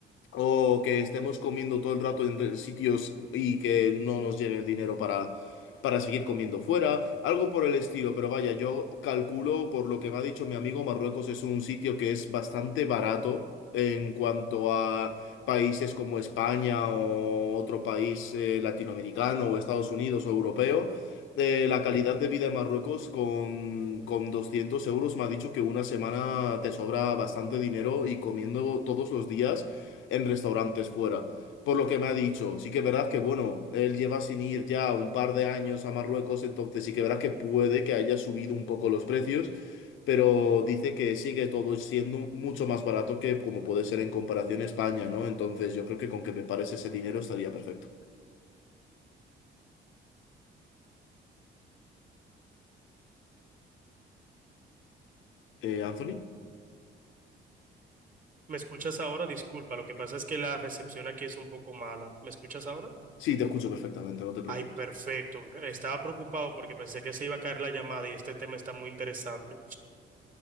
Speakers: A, on the left; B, on the right.
A: O que estemos comiendo todo el rato en re- sitios y que no nos llegue el dinero para, para seguir comiendo fuera, algo por el estilo, pero vaya, yo calculo, por lo que me ha dicho mi amigo, Marruecos es un sitio que es bastante barato en cuanto a países como España o otro país eh, latinoamericano o Estados Unidos o europeo. Eh, la calidad de vida en Marruecos con, con 200 euros me ha dicho que una semana te sobra bastante dinero y comiendo todos los días en restaurantes fuera. Por lo que me ha dicho, sí que verás que, bueno, él lleva sin ir ya un par de años a Marruecos, entonces sí que verás que puede que haya subido un poco los precios, pero dice que sigue todo siendo mucho más barato que como puede ser en comparación a España, ¿no? Entonces yo creo que con que prepares ese dinero estaría perfecto. Eh, Anthony,
B: ¿Me escuchas ahora? Disculpa, lo que pasa es que la recepción aquí es un poco mala. ¿Me escuchas ahora?
A: sí, te escucho perfectamente, no te preocupes.
B: Ay, perfecto. Estaba preocupado porque pensé que se iba a caer la llamada y este tema está muy interesante.